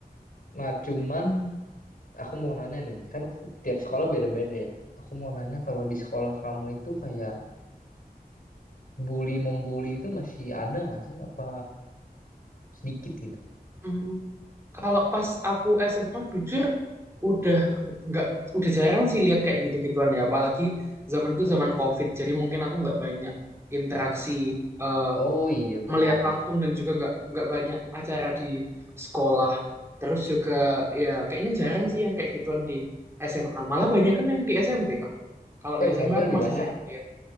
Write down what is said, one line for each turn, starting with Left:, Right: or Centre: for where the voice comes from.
Left: Nah, cuman aku mau nanya nih, kan tiap sekolah beda-beda ya. Aku mau nanya kalau di sekolah kamu itu kayak bully membuli itu masih ada nggak sih? Apa sedikit gitu?
Right: Mm, Kalau pas aku SMA jujur udah nggak udah jarang sih lihat kayak gitu-gituan ya. Apalagi zaman itu zaman COVID. Jadi mungkin aku nggak banyak interaksi eh,
Left: Oh iya benar
Right: melihat langsung
Left: ya.
Right: dan juga nggak nggak banyak acara di sekolah. Terus juga ya kayaknya jarang sih yang kayak gituan di SMA. Malah banyak kan yang di SMP kak. Kalau di
Left: Oh SMP
Right: SMP aku
Left: lebih
Right: masih
Left: banyak.
Right: sering lihat.